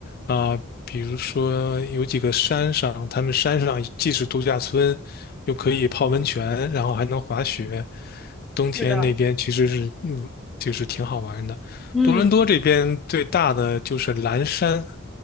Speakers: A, on the left; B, in the centre.
A: 啊，比如说有几个山上，他们山上既是度假村，又可以泡温泉，然后还能滑雪。冬天那边其实是嗯，
B: 是的，
A: 就是挺好玩的。
B: 嗯，
A: 多伦多这边最大的就是蓝山，